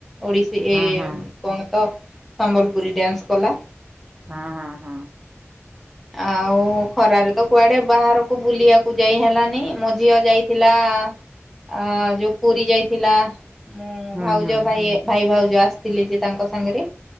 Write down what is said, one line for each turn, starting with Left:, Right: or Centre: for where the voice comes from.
Centre: ଓଡ଼ିଶୀ
Right: ହଁ
Centre: ଏ
Right: ହଁ
Centre: କଣ ତ ସମ୍ବଲପୁରୀ ଡ୍ୟାନ୍ସ କଲା।
Right: ହଁ ହଁ ହଁ।
Centre: ଆଉ ଖରାରେ ତ କୁଆଡେ ବାହାରକୁ ବୁଲିବାକୁ ଯାଇ ହେଲାନି। ମୋ ଝିଅ ଯାଇଥିଲା ଆ ଯୋଉ ପୁରୀ ଯାଇଥିଲା। ମୁଁ
Right: ହୁଁ
Centre: ଭାଉଜ
Right: ହୁଁ
Centre: ଭାଇ ଭାଇ ଭାଉଜ ଆସିଥିଲେ ଯେ ତାଙ୍କ ସାଙ୍ଗରେ।